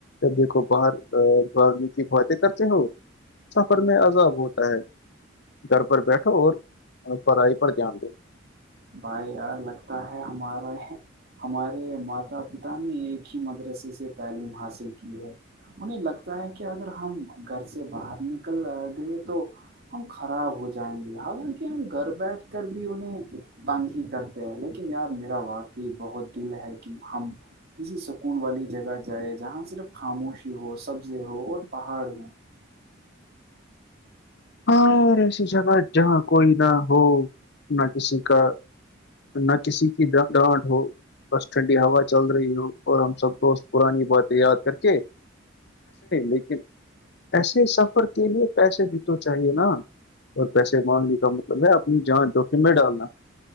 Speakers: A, on the left (about 55°); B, on the right (about 50°).
A: دیکھو باہر بھاگنے کی باتیں کرتے ہو سفر میں عذاب ہوتا ہے گھر پر بیٹھو اور پڑھائی پر دھیان دو
B: بھائی یار لگتا ہے ہمارا ہے ہمارے ماتا پتا نے ایک ہی مدرسے سے تعلیم حاصل کی ہے انہیں لگتا ہے کہ اگر ہم گھر سے باہر نکل گئے تو ہم خراب ہو جائیں گے حالانکہ ہم گھر بیٹھ کر بھی انہیں تنگ ہی کرتے ہیں لیکن یار میرا واقعی بہت دل ہے کہ ہم کسی سکون والی جگہ جائے جہاں صرف خاموشی ہو سبزے ہو اور پہاڑ ہو
A: ہاں اور ایسی جگہ جہاں کوئی نہ ہو نہ کسی کا نہ کسی کی ڈانٹ ہو بس ٹھنڈی ہوا چل رہی ہو اور ہم سب کو پرانی باتیں یاد کر کے لیکن ایسے سفر کے لیے پیسے دکھ تو چاہیے نا اور پیسے مانگنے کا مطلب ہے اپنی جانچ ڈک میں ڈالنا